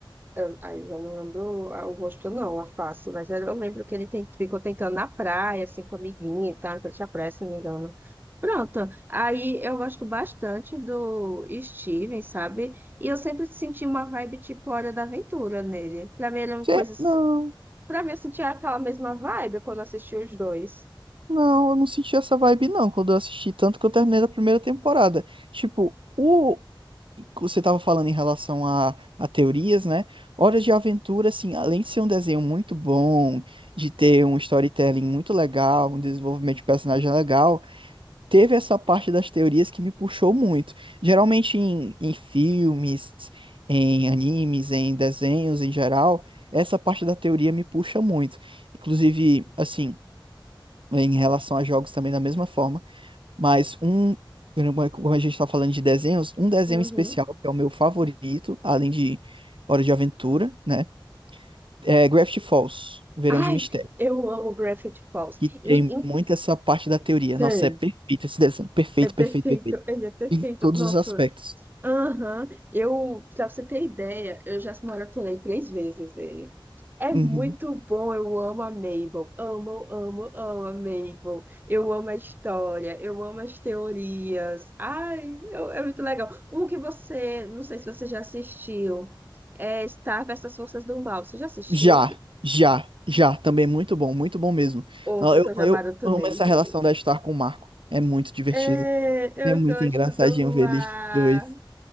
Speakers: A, on the right; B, on the right.
A: Eu, aí eu não lembro ah, o rosto, não, a face, mas eu lembro que ele tem- ficou tentando na praia, assim, com a amiguinha e tal, em frente à praia, se não me engano. Pronto, aí eu gosto bastante do Steven, sabe? E eu sempre senti uma vibe tipo Hora da Aventura nele. Pra mim ele é uma
B: Gente,
A: coisa
B: não,
A: Pra mim, eu sentia aquela mesma vibe quando assisti os dois.
B: não, eu não senti essa vibe não quando eu assisti, tanto que eu terminei da primeira temporada. Tipo, o você tava falando em relação a, a teorias, né? Horas de Aventura, assim, além de ser um desenho muito bom, de ter um storytelling muito legal, um desenvolvimento de personagem legal. teve essa parte das teorias que me puxou muito. Geralmente em, em filmes, em animes, em desenhos em geral, essa parte da teoria me puxa muito. Inclusive, assim, em relação a jogos também da mesma forma, mas um, como a gente está falando de desenhos, um desenho
A: Uhum.
B: especial que é o meu favorito, além de Hora de Aventura, né? É Gravity Falls, O Verão
A: Ai,
B: de Mistério.
A: eu amo Gravity Falls.
B: Que tem
A: E
B: muito essa parte da teoria.
A: então,
B: Nossa, é perfeito esse desenho. Perfeito,
A: é perfeito,
B: perfeito, perfeito.
A: ele é perfeito.
B: Em todos
A: Nossa,
B: os aspectos.
A: Aham, Eu, pra você ter ideia, eu já maratonei três vezes ele. É muito
B: Uhum.
A: bom, eu amo a Mabel. Amo, amo, amo a Mabel. Eu amo a história, eu amo as teorias. Ai, eu- é muito legal. Um que você, não sei se você já assistiu, é Star versus as Forças do Mal. Você já assistiu?
B: Já,
A: Que...
B: já, já. Também é muito bom, muito bom mesmo.
A: Outro
B: Ó, Eu,
A: que eu já
B: eu
A: maratonei.
B: amo essa
A: <laughs>
B: relação da Star com o Marco. É muito divertido.
A: É, eu
B: É muito
A: gosto
B: engraçadinho
A: do
B: ver
A: mar.
B: eles dois.